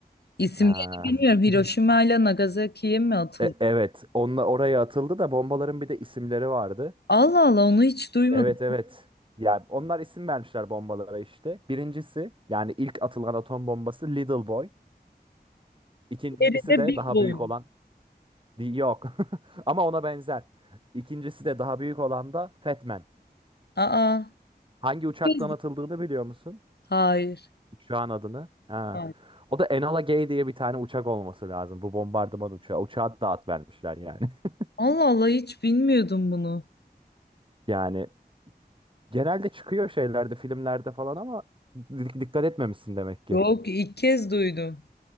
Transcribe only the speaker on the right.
Ha.
E- evet, onunla oraya atıldı da bombaların bir de isimleri vardı.
Evet, evet. yani onlar isim vermişler bombalara işte. Birincisi yani ilk atılan atom bombası Little Boy. İkincisi
de
daha
büyük
olan Di- Yok. <laughs> Ama ona benzer. İkincisi de daha büyük olan da Fat Man.
Hangi uçaktan
atıldığını biliyor musun?
Uçağın adını. Ha.
O da Enola Gay diye bir tane uçak olması lazım. Bu bombardıman uçağı. Uçağa da at vermişler yani. <laughs>
Yani genelde çıkıyor şeylerde, filmlerde falan ama di- dikkat etmemişsin demek ki.